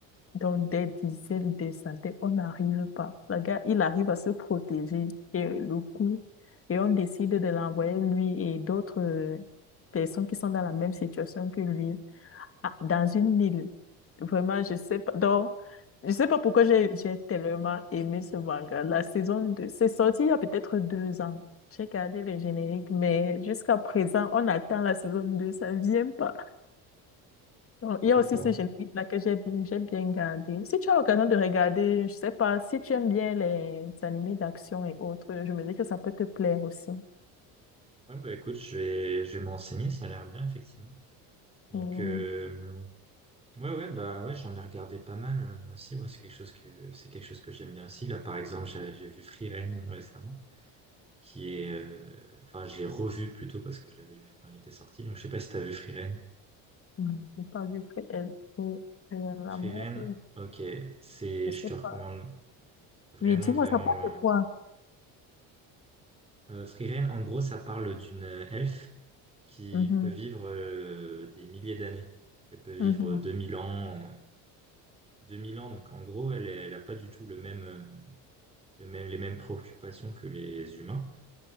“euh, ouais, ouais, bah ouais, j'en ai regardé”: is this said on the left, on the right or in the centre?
Right